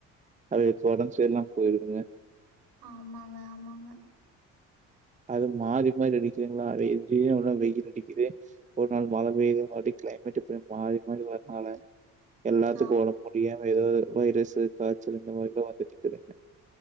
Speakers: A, on the right; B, on the right.
A: அது ஒடம்பு சரியில்லமா போயிருதுங்க
B: ஆமாங்க ஆமாங்க
A: அது மாறி மாறி அடிக்குங்களா இங்கயும் வெயில் அடிக்குது ஒரு நாள் மழ பெய்யுது மறுபடி கிளைமேட் இப்படி மாறி மாறி வரனால எல்லாத்துக்கும்
B: ஆம்.
A: ஒடம்பு முடியாம இருக்குது வைரசஸு காய்ச்சலு இந்த மாரி எல்லா வந்துட்டு இருக்குதுங்க